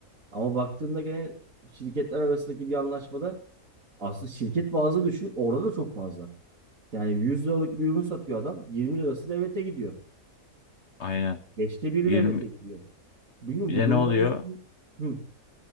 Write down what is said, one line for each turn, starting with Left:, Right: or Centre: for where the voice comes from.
Right: Ama baktığında gene şirketler arasındaki bir anlaşmada aslında şirket bazlı düşün orada da çok fazla. Yani 100 liralık bir ürün satıyor adam 20 lirası devlete gidiyor.
Left: aynen.
Right: Beşte biri
Left: 20
Right: devlete gidiyor. Bilmiyorum
Left: bir
Right: bu
Left: de
Right: durumda
Left: ne oluyor?
Right: ne? Hı.